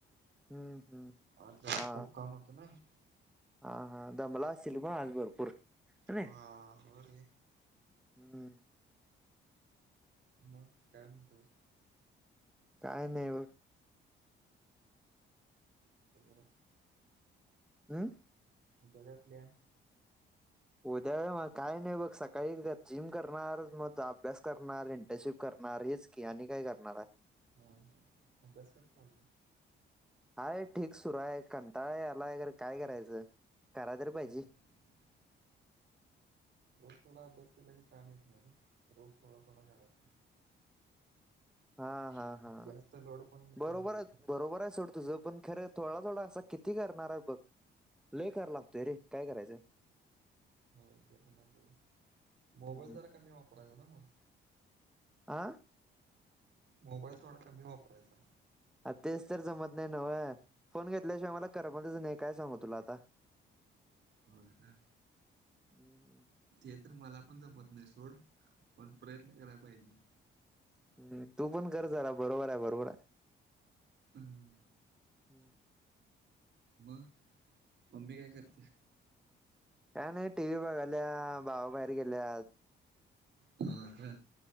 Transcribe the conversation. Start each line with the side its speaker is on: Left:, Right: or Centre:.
Centre: हम्म हम्म.
Right: आज जरा
Centre: हा
Right: खूप काम होतं नाही.
Centre: हा हा. दमला असशील ना आज भरपूर. है नाही
Right: हा हो रे.
Centre: हम्म हम्म.
Right: मग काय म्हणतो?
Centre: काय नाही बघ.
Right: <unintelligible>
Centre: हम.
Right: घरातल्या
Centre: उद्या होय. मग काय नाही बघ. सकाळीच एकदा जिम करणार. मग अभ्यास करणार. इंटर्नशिप करणार हेच की आणि काय करणार आहे.
Right: ह हा अभ्यास करणार.
Centre: हाय ठीक सुरू आहे. कंटाळा यायलाय. खरं काय करायचं. करायला तरी पाहिजे.
Right: हम्म. रोज थोडा अभ्यास केला की ताण येत नाही रे. रोज थोडा थोडा करायचा.
Centre: हा हा हा
Right: जास्त लोड पण
Centre: बरोबर
Right: करून घ्यायचा
Centre: आहे.
Right: नाही
Centre: बरोबर आहे सोड तु तुझं पण खरं. थोडा थोडा असा किती करणार आहे बघ. लय कराय लागतोय रे काय करायचं.
Right: हो ते पण आहे सोड. मोबाईल
Centre: हम्म.
Right: जरा कमी वापरायचा ना मग.
Centre: आ.
Right: मोबाईल थोडा कमी वापरायचा.
Centre: आ तेच तर जमत नाही <inaudible> नवय फोन घेतल्याशिवाय मला <inaudible> कराबच नाही काय सांगू तुला आता.
Right: हो का?
Centre: <inaudible> हम्म हम्
Right: ते तर मला पण जमत नाही सोड पण, प्रयत्न करायला पाहिजे.
Centre: <inaudible> ह्म तू पण कर झाला बरोबर आहे. बरोबर आहे.
Right: हम्.
Centre: हम्म.
Right: म मम्मी काय करते.
Centre: <inaudible> का नाही टी व्ही बघाल्या <inaudible> भावाबाहेर गेल्या.
Right: हो का?